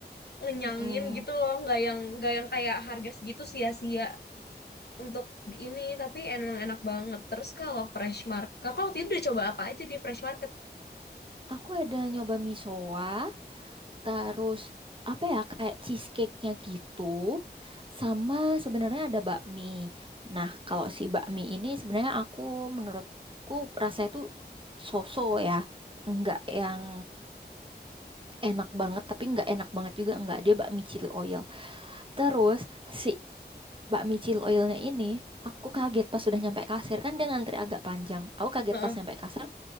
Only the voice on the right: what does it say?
Mm-mm.
Aku ada nyoba misoa, Terus apa ya kayak cheesecake-nya gitu. Sama sebenarnya ada bakmi. Nah, kalau si bakmi ini sebenarnya aku menurutku rasanya tuh so-so ya. Enggak yang enak banget tapi enggak enak banget juga enggak dia bakmi chili oil. Terus si bakmi chili oilnya ini aku kaget pas sudah nyampe kasir kan dia ngantri agak panjang. Aku kaget
pas nyampe kasir